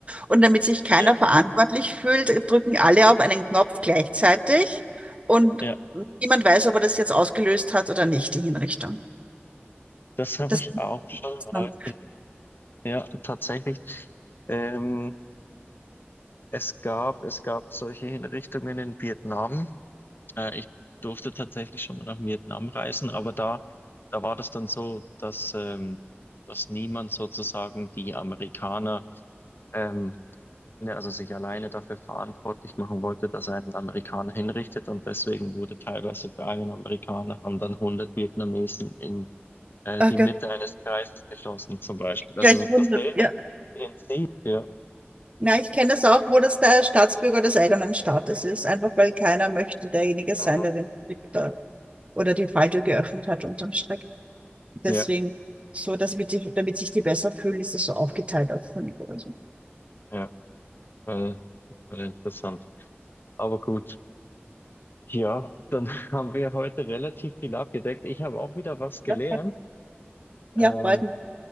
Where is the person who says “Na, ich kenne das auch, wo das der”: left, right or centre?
Right